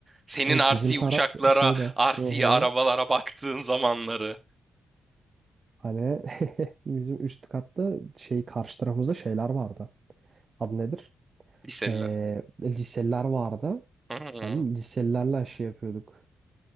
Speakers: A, on the right (about 25°); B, on the right (about 45°).
A: Senin
B: Evet
A: RC
B: bizim taraf
A: uçaklara,
B: şeyde.
A: RC
B: Hı hı.
A: arabalara baktığın zamanları.
B: Hani <laughs> bizim üst katta şey karşı tarafımızda şeyler vardı. Adı nedir?
A: Liseliler.
B: Ee, liseliler vardı.
A: Hmm.
B: Hani liselilerle şey yapıyorduk.